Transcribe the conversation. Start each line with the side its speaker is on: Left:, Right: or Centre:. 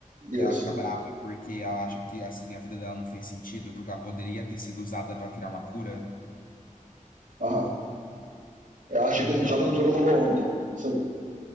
Right: Isso.
Left: E ela fica brava porque ela acha que assim a vida dela não fez sentido, porque ela poderia ter sido usada para criar uma cura.
Right: Aham. Eu acho
Left: então
Right: que esse diálogo todo rolou ontem. Isso aí.